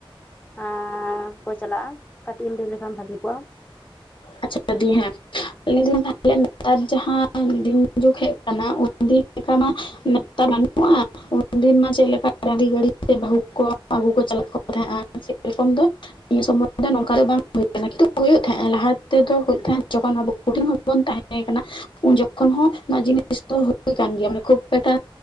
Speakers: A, on the left (about 15°); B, on the left (about 60°).
A: ᱦᱮᱸ ᱠᱚ ᱪᱟᱞᱟᱜ-ᱟ ᱠᱟᱹᱴᱤᱡ ᱮᱢ ᱞᱟᱹᱭ ᱞᱮᱠᱷᱟᱱ ᱵᱷᱟᱹᱜᱤ ᱠᱚᱜ-ᱟ
B: ᱟᱪᱪᱷᱟ ᱫᱤ ᱦᱮ ᱞᱟᱹᱭ ᱫᱤᱱ ᱟᱞᱮ ᱱᱮᱛᱟᱨ ᱡᱟᱦᱟᱸ ᱫᱤᱱ ᱡᱩᱜ ᱦᱮᱡ ᱟᱠᱟᱱᱟ ᱩᱱ ᱫᱤᱱ ᱞᱮᱠᱟ ᱢᱟ ᱛᱟᱨ ᱵᱟᱹᱱᱩᱜ-ᱟ ᱩᱱᱫᱤᱱ ᱢᱟ ᱪᱮᱫ ᱞᱮᱠᱟ ᱰᱟᱹᱝᱨᱤ ᱜᱟᱹᱰᱤ ᱛᱮ ᱵᱟᱹᱦᱩ ᱠᱚ ᱟᱹᱜᱩ ᱠᱚ ᱪᱟᱞᱟᱜ ᱠᱚ ᱛᱟᱦᱮᱜ-ᱟ ᱥᱮᱨᱚᱠᱚᱢ ᱫᱚ ᱱᱤᱭᱟᱹ ᱥᱚᱢᱚᱭ ᱫᱚ ᱱᱚᱝᱠᱟ ᱫᱚ ᱵᱟᱝ ᱦᱩᱭ ᱠᱟᱱᱟ, ᱠᱤᱱᱛᱩ ᱦᱩᱭᱩᱜ ᱛᱟᱦᱮᱸᱼᱟ ᱞᱟᱦᱟᱛᱮ᱾ ᱠᱚᱫᱚᱜ ᱦᱳᱭᱳᱜ ᱛᱟᱦᱮ ᱡᱚᱠᱷᱚᱱ ᱟᱵᱚ ᱦᱩᱰᱤᱧ ᱦᱩᱰᱤᱧ ᱵᱚᱱ ᱛᱟᱦᱮ ᱠᱟᱱᱟ ᱩᱱ ᱡᱚᱠᱷᱚᱱ ᱦᱚᱸ ᱱᱚᱣᱟ ᱡᱤᱱᱤᱥ ᱫᱚ ᱦᱩᱭ ᱠᱟᱱ ᱜᱮᱭᱟ, ᱢᱟᱱᱮ ᱠᱷᱩᱵ ᱮᱠᱴᱟ